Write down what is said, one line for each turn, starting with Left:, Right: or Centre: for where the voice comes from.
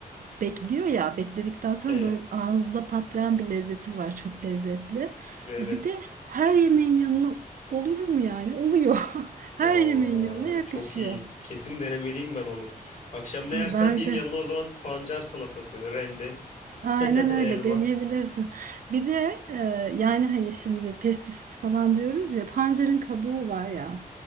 Right: bekliyor ya bekledikten sonra
Left: Evet.
Right: böyle ağızda patlayan bir lezzeti var çok lezzetli.
Left: Evet.
Right: E, Bir de her yemeğin yanına olur mu yani oluyor <laughs> her
Left: Aa,
Right: yemeğin yanına yakışıyor.
Left: çok iyi. Kesin denemeliyim ben onu. Akşam ne
Right: Ha,
Left: yersem
Right: Bence.
Left: yiyeyim yanına o zaman bir pancar salatası, rende,
Right: Aynen
Left: <laughs> elma.
Right: öyle de diyebilirsin. Bir de e, yani hani şimdi pestisit falan diyoruz ya pancarın kabuğu var ya.